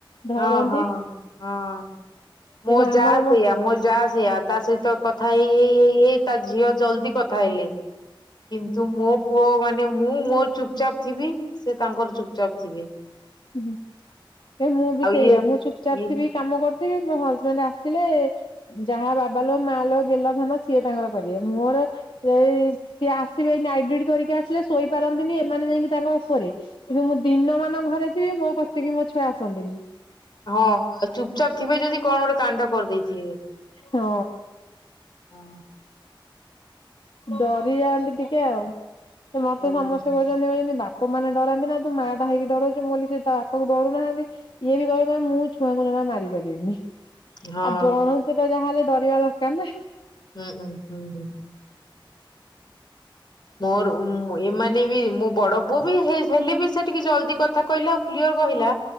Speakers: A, on the left (about 70°); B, on the left (about 55°).
A: ଧରନ୍ତି
B: ହଁ ହଁ ହଁ। ମୋ
A: କିନ୍ତୁ
B: ଯା
A: ଆମର
B: ସେଇୟା ମୋ ଯା ସେୟା ତା ସହିତ କଥା ହେଇ ହେଇ ହେଇ ହେଇ ତା ଝିଅ ଜଲଦି କଥା ହେଲେ। କିନ୍ତୁ ମୋ ପୁଅ ମାନେ ମୁଁ ମୋର ଚୁପଚାପ ଥିବି ସେ ତାଙ୍କର ଚୁପଚାପ ଥିବେ।
A: ହୁଁ ଏ ମୁଁ ବି
B: ଆଉ
A: ସେଇଆ
B: ଇଏ
A: ମୁଁ ଚୁପ ଚାପ
B: ଇଏ
A: ଥିବି କାମ କରୁ ଥିବି‌ ମୋ ହଜବେଣ୍ଡ ଆସିଲେ ଯାହା ବାବା ଲୋ ମା ଲୋ ଗେଲ ଧନ ସିଏ ତାଙ୍କର କରିବେ ମୋର। ଏଇ ସିଏ ଆସିବେ ନାଇଟ ଡିଉଟି‌ କରିକି ଆସିଲେ ଶୋଇପାରନ୍ତିନି ଏମାନେ ଯାଇକି ତାଙ୍କ ଉପରେ। କିନ୍ତୁ ମୁଁ ଦିନ ମାନ ଘରେ ଥିବି ମୋ କତିକି ମୋ ଛୁଆ ଆସନ୍ତିନି।
B: ହଁ ଚୁପଚାପ୍ ଥିବେ ଯଦି କଣ ଗୋଟେ କାଣ୍ଡ କରିଦେଇଥିବେ।
A: ହଁ।
B: ହଁ
A: ଡରି ଯାଆନ୍ତି ଟିକେ ଆଉ ଏ ମତେ
B: ହୁଁ
A: ସମସ୍ତେ କହୁଛନ୍ତି କହୁଛନ୍ତି ବା ପ ମାନେ ଡରାନ୍ତି ନା ତୁ ମା ଟା ହେଇକି ଡରଉଛୁ ମୁଁ କଇଲି ସେ ତା ବାପାକୁ ଡରୁ ନାହାନ୍ତି ଇଏ ବି କିହିବେ କହିବେ ମୁଁ ଛୁଆଙ୍କୁ ଜ ମା‌ ମାରିପାରିବିନି
B: ହଁ
A: ଆଉ ଜଣକୁ ତ ଯାହା ହେଲେ ଡରିବା ଦରକାର ନା।
B: ହୁଁ ହୁଁ। ମୋର ଉମ୍ ଏମାନେ ବି ମୋ ବଡ ପୁଅବି ହେ ହେଲେ ବି ସେ ଟିକେ ଜଲଦି କଥା କହିଲା ଆଉ କ୍ଲି ଅର କହିଲା